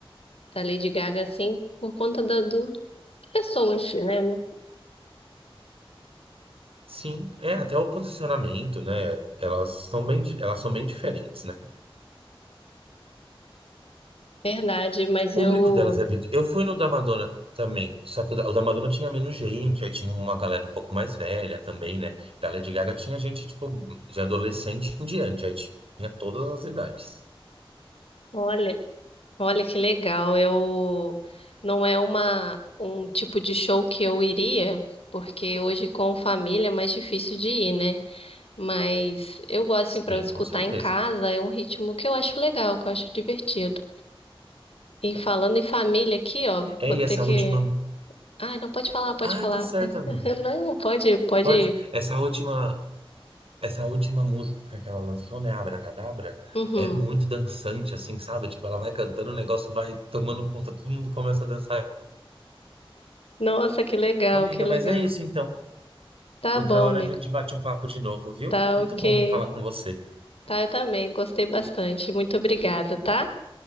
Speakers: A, on the left; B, on the right.
A: da Lady Gaga, assim, por conta da, do pessoa em si, né? né?
B: Sim, é até o posicionamento, né? Elas são bem, di- elas são bem diferentes, né?
A: Verdade, mas
B: público
A: eu.
B: delas é bem. Eu fui no da Madonna também, só que o da o da Madonna tinha menos gente, aí tinha uma galera um pouco mais velha também, né? Da Lady Gaga tinha gente, tipo, de adolescente em diante, aí tinha todas as idades.
A: Olha. Olha que legal. Eu não é uma um tipo de show que eu iria, porque hoje com família é mais difícil de ir, né? Mas eu gosto
B: Sim,
A: assim para eu escutar
B: com certeza.
A: em casa, é um ritmo que eu acho legal, que eu acho divertido. E falando em família aqui, ó, vou
B: É, e
A: ter
B: essa
A: que
B: última.
A: Ai, não pode falar, pode
B: Ai,
A: falar.
B: tá certo,
A: <laughs>
B: amiga.
A: Não, pode, pode.
B: Pode. Essa última. Essa última música que ela lançou, né, Abracadabra,
A: Uhum.
B: é muito dançante, assim, sabe? Tipo, ela vai cantando, o negócio vai tomando conta, todo mundo começa a dançar.
A: Nossa, que legal,
B: Amiga,
A: que legal.
B: mas é isso então.
A: Tá
B: Outra
A: bom,
B: hora
A: amigo.
B: a gente bate um papo de novo, viu?
A: Tá
B: Muito
A: ok.
B: bom falar com você.
A: Tá, eu também. Gostei bastante. Muito obrigada, tá?